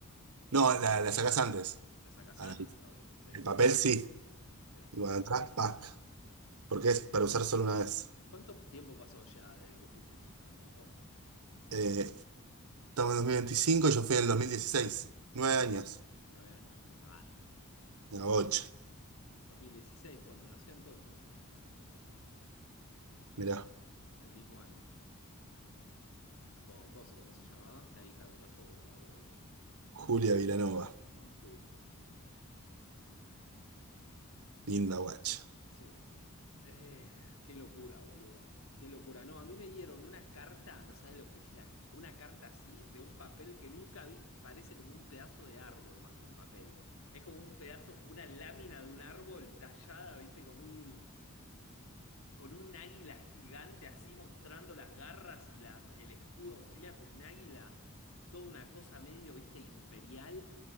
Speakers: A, on the right (about 85°); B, on the left (about 70°).
A: No, la, la sacás antes.
B: La sacás
A: a
B: antes,
A: la-
B: obvio. Sí,
A: el papel sí.
B: sí.
A: Y cuando atrás, pack. Porque es para usar solo una vez.
B: ¿Cuánto tiempo pasó ya desde que fuiste a Egipto? Un montón.
A: Eh, estamos en 2025 y yo fui en el 2016. Nueve años.
B: Nueve años, soy una banda, boludo.
A: Una bocha.
B: 2016, cuando nació Antonio, te fuiste.
A: Mirá,
B: Del mismo año. Con Coso, ¿cómo se llamaba? La hija de Botafogo, no me acuerdo el nombre.
A: Julia Vilanova.
B: Con Juli, ahí está.
A: Linda guacha.
B: Sí. Eh, qué locura, boludo. Qué locura. No, a mí me dieron una carta, no sabes lo que es la, una carta así, de un papel que nunca vi. Parece como un pedazo de árbol más que un papel. Es como un pedazo, una lámina de un árbol tallada, ¿viste? Con un, con un águila gigante así mostrando las garras y la, el escudo austríaco, un águila, toda una cosa medio, viste, imperial.